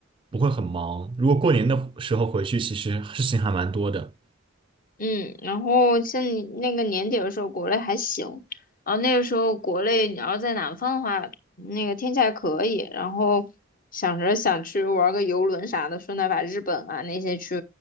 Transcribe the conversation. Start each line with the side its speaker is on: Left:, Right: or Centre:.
Right: 不会很忙，如果过年的时候回去，其实事情还蛮多的。
Left: 嗯，然后像你那个年底的时候，国内还行，然后那个时候国内你要在南方的话，那个天气还可以，然后想着想去玩个游轮啥的，顺带把日本啊那些去